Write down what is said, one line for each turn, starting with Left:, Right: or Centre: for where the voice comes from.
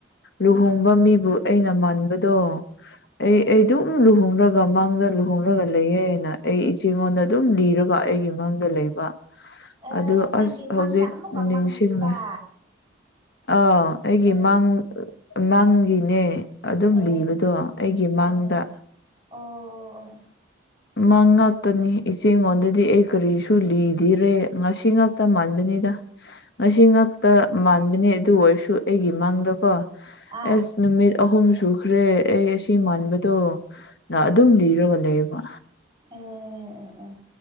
Right: ꯑꯣ
Left: ꯂꯨꯍꯣꯡꯕ ꯃꯤꯕꯨ ꯑꯩꯅ ꯃꯟꯕꯗꯣ
Right: ꯑꯣ
Left: ꯑꯩ ꯑꯩꯗꯨꯝ ꯂꯨꯍꯣꯡꯔꯒ ꯃꯪꯗ ꯂꯨꯍꯣꯡꯔꯒ ꯂꯩꯌꯦ ꯍꯥꯏꯅ ꯑꯩ ꯏꯆꯦꯉꯣꯟꯗ ꯑꯗꯨꯝ ꯂꯤꯔꯒ ꯑꯩꯒꯤ ꯃꯪꯗ ꯂꯩꯕ
Right: ꯑꯦ
Left: ꯑꯗꯨ
Right: ꯅꯪꯒꯤ
Left: ꯑꯁ ꯍꯧꯖꯤꯛ
Right: ꯃꯪꯗ ꯑꯃꯨꯛꯀ
Left: ꯅꯤꯡꯁꯤꯡꯂꯦ
Right: ꯃꯪꯂꯤꯕ
Left: ꯑꯥ ꯑꯩꯒꯤ
Right: ꯑꯦ
Left: ꯃꯥꯡ ꯃꯥꯡꯒꯤꯅꯦ ꯑꯗꯨꯝ
Right: ꯑꯦ
Left: ꯂꯤꯕꯗꯣ ꯑꯩꯒꯤ ꯃꯥꯡꯗ
Right: ꯑꯦ ꯑꯣ
Left: ꯃꯥꯡ ꯉꯥꯛꯇꯅꯤ ꯏꯆꯦꯉꯣꯟꯗꯗꯤ ꯑꯩ ꯀꯔꯤꯁꯨ ꯂꯤꯗꯤꯔꯦ ꯉꯁꯤ ꯉꯥꯛꯇ ꯃꯥꯟꯕꯅꯤꯗ ꯉꯁꯤ ꯉꯥꯛꯇ ꯃꯥꯟꯕꯅꯦ ꯑꯗꯨ ꯑꯣꯏꯔꯁꯨ ꯑꯩꯒꯤ ꯃꯥꯡꯗꯀꯣ
Right: ꯑꯥ
Left: ꯑꯁ ꯅꯨꯃꯤꯠ ꯑꯍꯨꯝ ꯁꯨꯈ꯭ꯔꯦ ꯑꯩ ꯑꯁꯤ ꯃꯥꯟꯕꯗꯣ ꯅ ꯑꯗꯨꯝ ꯂꯤꯔꯒ ꯂꯩꯕ
Right: ꯎꯝ